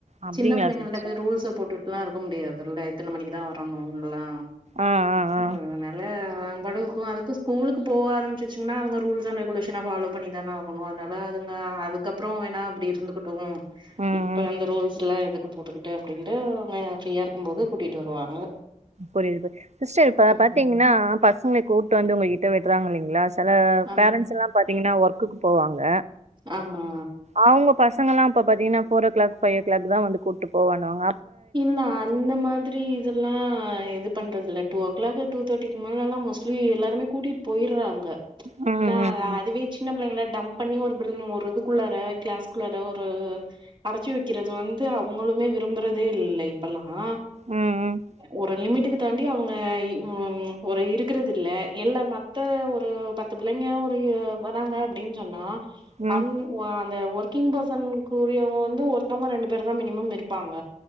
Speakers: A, on the right; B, on the right.
A: அப்டிங்களா
B: சின்ன பிள்ளைங்கள்ட்ட
A: சிஸ்டர்
B: போய் ரூல்ஸ போட்டுட் லாம் இருக்க முடியாதுல இத்தன மணிக்கு தா வரணுன்ளா
A: ஆ ஆ
B: <unintelligible>
A: ஆ
B: லா அதுங்க பாட்க்குருக்கு அதுக்கு ஸ்கூலுக்கு போக ஆரம்பிச்சுன்னா அவங்க ரூல்ஸ் அண்ட் ரெகுலேஷன்ஸ ஃபாலோ பண்ணி தான ஆகனு ஒன்னு அதனால அதுங்க அதுக்கப்ரோ வேணா அப்டி இருந்துகட்டு
A: ம்
B: இப்ப
A: ம்
B: அந்த ரூல்ஸ்ல்லா எதுக்கு போட்டுக்கிட்டு அப்டின்ட்டு அவங்க ஃப்ரீயா இருக்குபோது கூட்டிட்டு வருவாங்க
A: புரியுது புரியு சிஸ்டர் இப்ப
B: ம்
A: பாத்தீங்கன்னா பசங்கள கூப்ட்டு வந்து உங்க கிட்ட விட்றாங்க இல்லைங்களா சில
B: ஆமா
A: பேரண்ட்ஸ்ல்லா பாத்தீங்கன்னா ஒர்க்குக்கு போவாங்க
B: ஆம்மா
A: அவங்க பசங்கல்லா அப்ப பாத்தீங்கன்னா four o'clock five o'clock தா வந்து கூப்ட்டு போவானுவாங்
B: இந்தா இந்த மாதிரி இதெல்லா இது பண்றதுல்ல டூ ஓ கிளாக் டூ தேர்ட்டிக்கு மேலல்லா மோஸ்ட்லி எல்லாருமே கூட்டிட் போயிட்றாங்க
A: ம்
B: ஏன்னா
A: ம் ம்
B: அதுவே சின்ன பிள்ளைங்கள டம்ப் பண்ணி ஒரு <unintelligible> ஒரு இதுக்குள்ளாற கிளாஸ் குள்ளாற ஒரு அடச்சி வக்கிறது வந்து அவங்க்ளுமே விரும்புறதே இல்லை ப்லா
A: ம்
B: ஒரு லிமிட்டுக்கு தாண்டி அவங்க ம் ஒரு இரு க்றதில்ல எல்லா மத்த ஒரு பத்து பிள்ளைங்க <unintelligible> வராங்க அப்டின்னு சொன்னா
A: ம் ம்
B: அந் ஒ அந்த ஒர்க்கிங் பர்சன் குரியவங்க வந்து ஒர்த்தவங்க ரெண்டு பேர் தா மினிமம் இருப்பாங்க